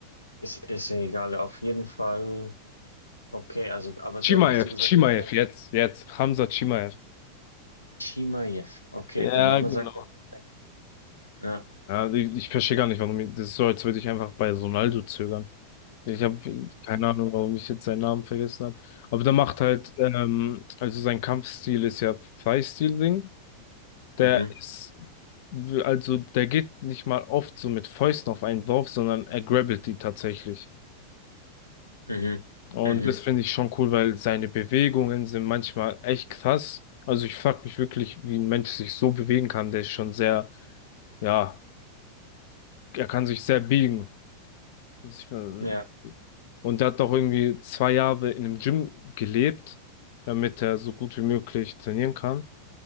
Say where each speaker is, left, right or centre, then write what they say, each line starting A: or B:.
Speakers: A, on the left (about 85°); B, on the left (about 50°).
A: ist, ist ja egal, auf jeden Fall. Okay, also, aber
B: Chimaev,
A: da hast du gesagt,
B: Chimaev,
A: der kämpft
B: jetzt, jetzt. Hamza Chimaev.
A: Chimaev. Okay,
B: Ja,
A: der Name
B: genau.
A: sagt mir tatsächlich. Ja,
B: Ja, ich, ich verstehe gar nicht, warum ich, das ist so, als würde ich einfach bei Ronaldo zögern. Ich habe keine Ahnung, warum ich jetzt seinen Namen vergessen habe. Aber der macht halt, ähm, also sein Kampfstil ist ja Thai-Stil-Ding. Der
A: mhm.
B: ist, also der geht nicht mal oft so mit Fäusten auf einen drauf, sondern er grabbelt die tatsächlich.
A: Mhm.
B: Und
A: Mhm.
B: das finde ich schon cool, weil seine Bewegungen sind manchmal echt krass. Also ich frag mich wirklich, wie ein Mensch sich so bewegen kann. Der ist schon sehr, ja, er kann sich sehr biegen. muss ich mal sagen.
A: Ja,
B: Und der hat doch irgendwie zwei Jahre in einem Gym gelebt, damit er so gut wie möglich trainieren kann.